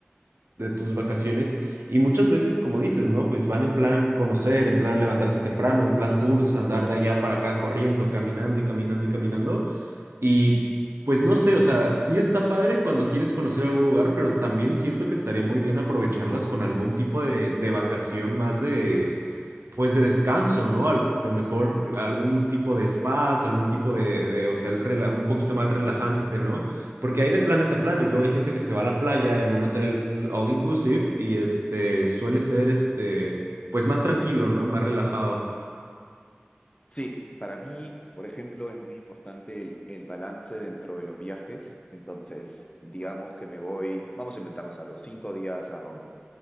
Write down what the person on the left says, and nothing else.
Sí, para mí, por ejemplo, es muy importante el, el balance dentro de los viajes. Entonces, digamos que me voy, vamos a inventarnos algo, cinco días a Roma